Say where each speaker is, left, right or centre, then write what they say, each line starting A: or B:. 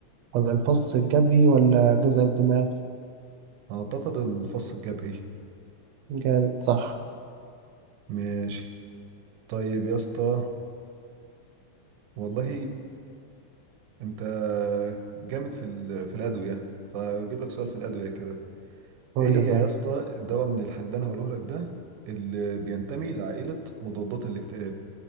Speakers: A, on the right; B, on the right.
A: ولا الفص الجبهي ولا جذع الدماغ
B: أعتقد الفص الجبهي
A: جامد صح
B: ماشي طيب يا اسطى والله انت جامد في ال- في الادويه فاجيب لك سؤال في الادويه كده
A: قول
B: ايه هي
A: لي صح
B: يا اسطى الدواء من الحل اللي انا هقوله لك ده اللي بينتمي لعائله مضادات الاكتئاب